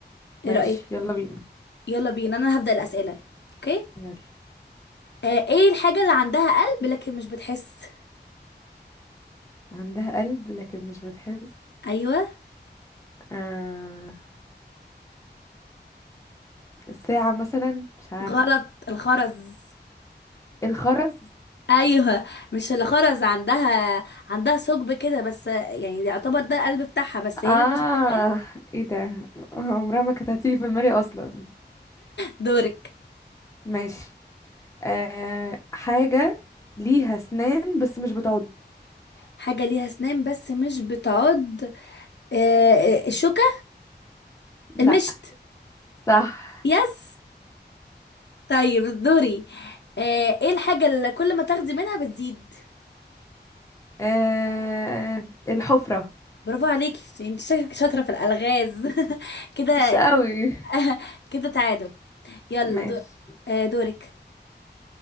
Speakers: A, on the left; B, on the left.
A: ايه
B: ماشي
A: رأيك
B: يلا بينا
A: يلا بينا انا هبدأ الأسئلة اوكي
B: يلا
A: آه ايه الحاجة اللي عندها قلب لكن مش بتحس
B: عندها قلب لكن مش بتحس
A: ايوه
B: آه الساعة مثلا مش عارفة
A: غلط الخرز
B: الخرز
A: ايوه مش الخرز عندها عندها ثقب كده بس يعني يعتبر ده القلب بتاعها بس هي
B: اه
A: مش بتحس
B: ايه ده عمرها ما كانت هتيجي في دماغي اصلا
A: دورك
B: ماشي آه حاجة ليها اسنان بس مش بتعض
A: حاجة ليها أسنان بس مش بتعض آه، آه، الشوكة
B: لا
A: المشط
B: صح
A: يس طيب دوري آه، ايه الحاجة اللي كل ما تاخدي منها بتزيد
B: آه الحفرة
A: برافو عليكي انت شكلك شاطرة في الألغاز <laughs> كده
B: مش قوي
A: <laughs> كده تعادل يلا
B: ماشي
A: دو... آه، دورك